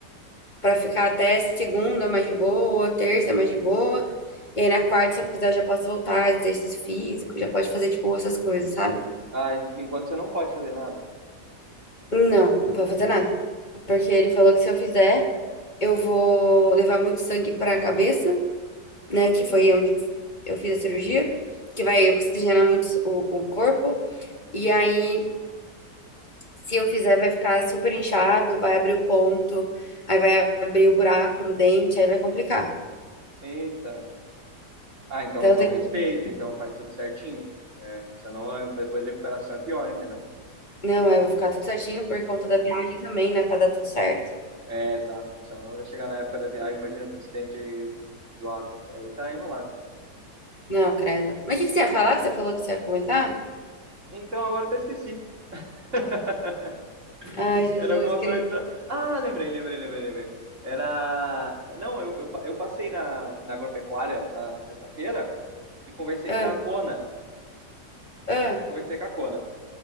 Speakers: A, on the left; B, on the right.
A: pra ficar até segunda mais de boa, terça mais de boa. E aí na quarta, se eu quiser, eu já posso voltar, exercício físico, já pode fazer, tipo, essas coisas, sabe?
B: Ah, e por enquanto você não pode fazer nada.
A: Não, não pode fazer nada. Porque ele falou que se eu fizer, eu vou levar muito sangue pra cabeça né?
B: Eita,
A: Que foi onde eu fiz a cirurgia, que vai oxigenar muito o, o corpo. E aí, se eu fizer, vai ficar super inchado, vai abrir o ponto, aí vai abrir o buraco no dente, aí vai complicar.
B: eita. Ah, então,
A: Então,
B: então
A: eu tenho
B: respeita,
A: que... fazer assim.
B: então faz tudo certinho. É, porque senão é- depois a recuperação é pior, entendeu?
A: Não, eu vou ficar tudo certinho por conta da viagem também, né? Pra dar tudo certo.
B: É, é, exato. Porque Senão vai chegar na época da viagem, imagina com o acidente aí zoado. Aí tá enrolado.
A: Não, credo. Mas o que que você ia falar? Que você falou que você ia comentar?
B: Então agora eu até esqueci. <laughs>
A: Ai, Jesus
B: Era alguma
A: querido.
B: coisa. Ah, lembrei, lembrei, lembrei, lembrei. Era. Não, eu, eu, pa- eu passei na, na agropecuária na sexta-feira e conversei
A: Ah,
B: com a Cona.
A: ah.
B: Eu conversei com a Cona.